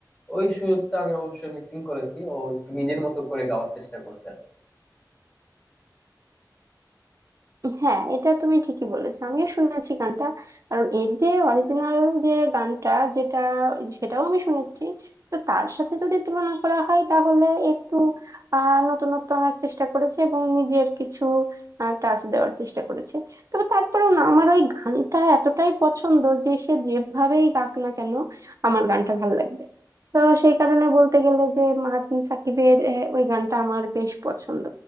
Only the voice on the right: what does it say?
হ্যাঁ এটা তুমি ঠিকই বলেছো আমিও শুনেছি গানটা কারণ এর যে অরিজিনাল যে গানটা যেটা সেটাও আমি শুনেছি তো তার সাথে যদি তুলনা করা হয় তাহলে একটু আহ নতুনত্ব আনার চেষ্টা করেছে এবং নিজের কিছু টাচ দেওয়ার চেষ্টা করেছে তবে তারপরেও না আমার ওই গানটা এতটাই পছন্দ যে সে যেভাবেই গাক না কেন আমার গানটা ভালো লাগবে তো সেই কারণে বলতে গেলে যে মাহাতিন সাকিবের আহ, ওই গানটা আমার বেশ পছন্দ